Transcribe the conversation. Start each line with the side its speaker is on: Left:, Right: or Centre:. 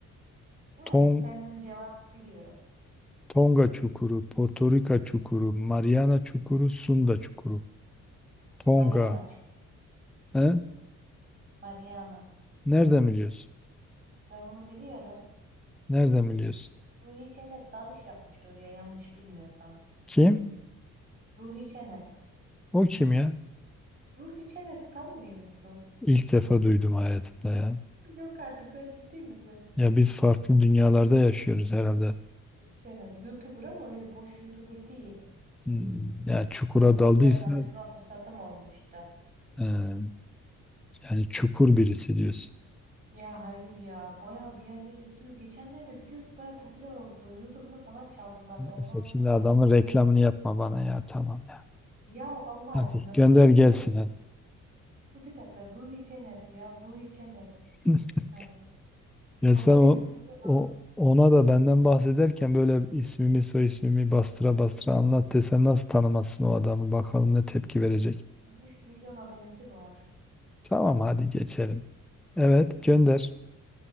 Right: Yani
Centre: Ton
Right: ben bunun cevabını biliyorum.
Centre: Tonga çukuru, Porto Rica çukuru, Mariana çukuru, Sunda çukuru. Tonga.
Right: Mariana. çık-
Centre: He?
Right: Mariana.
Centre: Nereden biliyorsun?
Right: Ben bunu biliyorum.
Centre: Nereden biliyorsun?
Right: Ruhi Çenet dalış yapmıştı oraya yanlış bilmiyorsam.
Centre: Kim?
Right: Ruhi Çenet.
Centre: O kim ya?
Right: Ruhi Çenet'i tanımıyor musun?
Centre: İlk defa duydum hayatımda ya.
Right: <laughs> Yok artık sen ciddi misin?
Centre: Ya biz farklı dünyalarda yaşıyoruz herhalde.
Right: Ruhi Çenet. YouTuber ama öyle boş YouTuber değil.
Centre: Hmm, ya çukura
Right: Kendisiyle
Centre: daldıysa
Right: tanışma fırsatım olmuştu.
Centre: e, yani çukur birisi diyorsun.
Right: Ya hayır ya baya bir yerlere gidiyor. Geçenlerde videosu baya popüler oldu. YouTube'unu falan çaldılar
Centre: Neyse
Right: da ondan sonra
Centre: şimdi adamın
Right: hani baya.
Centre: reklamını yapma bana ya tamam ya.
Right: Ya Allah aşkına
Centre: Hadi gönder
Right: Ruhi
Centre: gelsin
Right: Cennet.
Centre: hadi.
Right: Dur bir dakika Ruhi Cennet ya Ruhi Cennet.
Centre: <laughs>
Right: Hani
Centre: Ya
Right: bak
Centre: sen
Right: 13
Centre: o,
Right: milyon
Centre: o ona da benden bahsederken böyle ismimi soy ismimi bastıra bastıra anlat desen nasıl tanımasın o adamı bakalım ne tepki verecek.
Right: 13 milyon abonesi var.
Centre: Tamam hadi geçelim. Evet gönder.